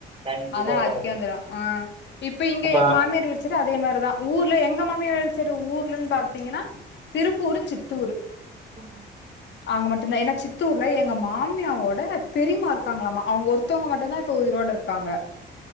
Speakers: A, on the right; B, on the left.
A: கண்டிப்பா
B: அதுனால
A: இருப்பாரு
B: அதுக்கே வந்துரு ஆ இப்ப இங்க
A: அப்ப
B: எங்க மாமியார் வீடு செரி அதே மாரிதா ஊர்ல எங்க மாமியார் செரி ஊர்லன் பாத்தீங்கனா திருப்பூரு சித்தூரு
A: ம்
B: ஆங்க மட்டுந்தா எனா சித் த்தூர்ல எங்க மாமியாவோட பெரியம்மா இருக்காங்களாமா அவுங்க ஒருத்தவுங்க மட்டுந்தா இப்ப உயிரோட இருக்காங்க